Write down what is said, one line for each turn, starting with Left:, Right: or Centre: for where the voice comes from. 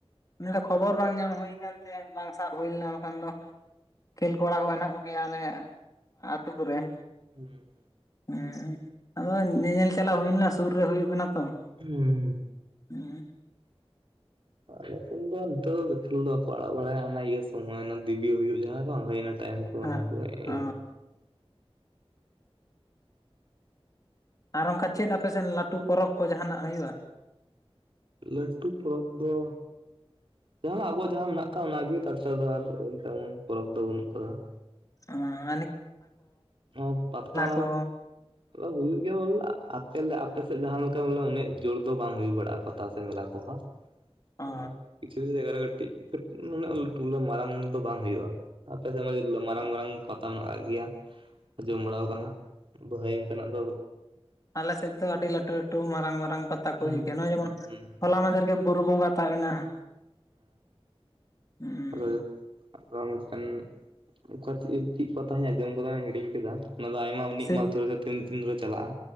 Left: ᱱᱤᱭᱟᱹ ᱫᱚ ᱠᱷᱚᱵᱚᱨ ᱵᱟᱝ ᱧᱟᱢ ᱦᱩᱭ ᱟᱠᱟᱱ ᱛᱟᱦᱮᱸ ᱵᱟᱝ ᱥᱟᱵ ᱦᱩᱭ ᱞᱮᱱᱟ ᱵᱟᱠᱷᱨᱟ ᱫᱚ ᱠᱷᱮᱞ ᱠᱚᱲᱟ ᱠᱚ ᱦᱮᱱᱟᱜ ᱠᱚᱜᱮᱭᱟ ᱚᱞᱮ ᱟᱹᱛᱩ ᱠᱚᱨᱮ ᱾
Right: ᱦᱩᱸ ᱾
Left: ᱦᱩᱸ, ᱟᱫᱚ ᱧᱮᱧᱮᱞ ᱪᱟᱞᱟᱣ ᱦᱩᱭ ᱞᱮᱱᱟ ᱥᱩᱨ ᱨᱮ ᱦᱩᱭᱩᱜ ᱠᱟᱱᱟ ᱛᱚ ᱾
Right: ᱦᱩᱸ ᱾
Left: ᱦᱩᱸ ᱾
Right: ᱟᱞᱮ ᱥᱮᱱ ᱫᱚ ᱱᱤᱛᱚᱜ ᱫᱚ ᱠᱷᱮᱞ ᱫᱚ ᱵᱟᱠᱚ ᱟᱲᱟᱜ ᱵᱟᱲᱟᱭᱟ ᱦᱟᱱᱟ ᱤᱭᱟᱹ ᱥᱚᱢᱚᱭ ᱦᱟᱱᱟ ᱫᱤᱵᱤ ᱦᱩᱭᱩᱜ ᱡᱟᱦᱟᱸ ᱵᱟᱝ ᱦᱩᱭ ᱚᱱᱟ ᱴᱟᱭᱤᱢ ᱠᱚ
Left: ᱦᱮᱸ
Right: ᱚᱱᱟ ᱠᱚ
Left: ᱚ
Right: ᱤᱭᱟᱹ <inaudible>
Left: ᱟᱨ ᱚᱝᱠᱟ ᱪᱮᱫ ᱟᱯᱮᱥᱮᱱ ᱞᱟᱴᱩ ᱯᱚᱨᱚᱵᱽ ᱠᱚ ᱡᱟᱦᱟᱱᱟᱜ ᱦᱩᱭᱩᱜᱼᱟ?
Right: ᱞᱟᱹᱴᱩ ᱯᱚᱨᱚᱵᱽ ᱫᱚ ᱡᱟᱦᱟᱸᱱᱟᱜ ᱟᱵᱚ ᱡᱟᱦᱟᱸ ᱢᱮᱱᱟᱜ ᱟᱠᱟᱜ ᱚᱱᱟᱜᱮ ᱛᱟᱪᱷᱟᱲᱟ ᱫᱚ ᱟᱨ ᱛᱮᱢᱚᱱ ᱯᱚᱨᱚᱵ ᱫᱚ ᱵᱟᱹᱱᱩᱜ ᱠᱟᱫᱟ ᱾
Left: ᱟᱸᱻ
Right: ᱚ ᱯᱟᱛᱟᱻ
Left: ᱠᱚ
Right: <inaudible> ᱦᱩᱭᱩᱜ ᱜᱮᱭᱟ ᱵᱚᱞᱮ ᱟᱯᱮ ᱟᱯᱮᱥᱮᱫ ᱡᱟᱦᱟᱸ ᱞᱮᱠᱟ ᱵᱚᱞᱮ ᱩᱱᱟᱹᱜ ᱡᱳᱨ ᱫᱚ ᱵᱟᱝ ᱦᱩᱭ ᱵᱟᱲᱟᱜᱼᱟ ᱯᱟᱛᱟ ᱥᱮ ᱢᱮᱞᱟ ᱠᱚ ᱦᱟᱜ ᱾
Left: ᱚ
Right: ᱟᱫᱚ ᱠᱤᱪᱷᱩ ᱠᱤᱪᱷᱩ ᱡᱟᱭᱜᱟ ᱨᱮ ᱠᱟᱹᱴᱤᱡ ᱠᱟᱹᱴ ᱱᱩᱱᱟᱹᱜ ᱞᱟᱹᱴᱩ ᱞᱮ ᱢᱟᱨᱟᱝ ᱫᱚ ᱵᱟᱝ ᱦᱩᱭᱩᱜᱼᱟ ᱾ ᱟᱯᱮᱥᱮᱫ ᱢᱟ ᱪᱮᱞᱠᱟ ᱢᱟᱨᱟᱝ ᱢᱟᱨᱟᱝ ᱯᱟᱛᱟ ᱢᱟᱱᱟᱜ ᱜᱮᱭᱟ ᱟᱧᱡᱚᱢ ᱵᱟᱲᱟᱣ ᱠᱟᱱᱟ ᱵᱷᱟᱹᱭ ᱛᱮᱱᱟᱜ ᱫᱚ
Left: ᱟᱞᱮᱥᱮᱫ ᱫᱚ ᱟᱹᱰᱤ ᱞᱟᱹᱴᱩ ᱞᱟᱹᱴᱩ ᱢᱟᱨᱟᱝ ᱢᱟᱨᱟᱝ ᱯᱟᱛᱟ ᱠᱚ
Right: ᱦᱮᱸ
Left: ᱦᱩᱭᱩᱜ ᱜᱮᱭᱟ ᱱᱚᱜᱼᱚᱭ ᱡᱮᱢᱚᱱ ᱦᱚᱞᱟ ᱢᱟᱫᱷᱮᱨ ᱜᱮ ᱵᱩᱨᱩ ᱵᱚᱸᱜᱟ ᱛᱟᱵᱮᱱᱟ ᱾ ᱦᱩᱸ
Right: <unintelligible> ᱟᱱᱩᱥᱴᱷᱟᱱ ᱚᱠᱟ ᱪᱮᱫ ᱪᱮᱫ ᱯᱟᱛᱟᱧ ᱟᱸᱡᱚᱢ ᱠᱟᱫᱟ ᱦᱤᱲᱤᱧ ᱠᱟᱫᱟ ᱚᱱᱟ ᱫᱚ ᱟᱭᱢᱟ ᱩᱱᱤᱜ
Left: ᱥᱤ
Right: ᱢᱟᱞ ᱛᱩᱞᱟᱹ ᱠᱷᱟᱹᱛᱤᱨ ᱛᱤᱱ ᱫᱤᱱ ᱫᱷᱚᱨᱮ ᱪᱟᱞᱟᱜᱼᱟ?